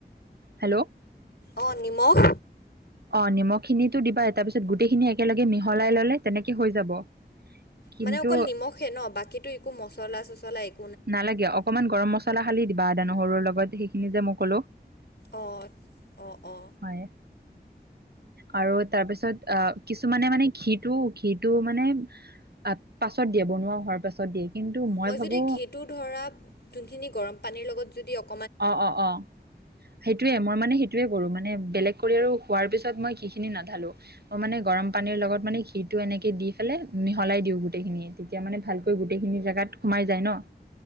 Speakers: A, on the right; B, on the left.
A: হেল্ল'।
B: অ নিমখ
A: অ নিমখখিনিটো দিবাই তাৰ পিছত গোটেইখিনি একেলগে মিহলাই ল'লে তেনেকে হৈ যাব। কিন্তু
B: মানে অকল নিমখে ন বাকীতো একো মচলা-চচলা এক
A: নালাগে, অকনমান গৰম মছলা হালি দিবা আদা নহৰুৰ লগত সেইখিনি যে মই ক'লো।
B: অ'ত অ অ।
A: হয়। আৰু তাৰপিছত অ কিছুমানে মানে ঘিটো ঘিটো মানে আত পাছত দিয়ে বনোৱা হোৱাৰ পাছত দিয়ে। কিন্তু
B: মই
A: ভাবো
B: যদি ঘিটো ধৰা যোনখিনি গৰম পানীৰ লগত যদি অক
A: অ অ অ। সেইটোৱে মই মানে সেইটোৱে কৰো, মানে বেলেগ কৰি আৰু হোৱাৰ পিছত মই ঘি খিনি নাঢালো। মই মানে গৰম পানীৰ লগত মানে ঘি'টো এনেকে দি পেলাই মিহলাই দিওঁ গোটেইখিনিয়ে। তেতিয়া মানে ভালকৈ গোটেইখিনি জেগাত সোমাই যায় ন',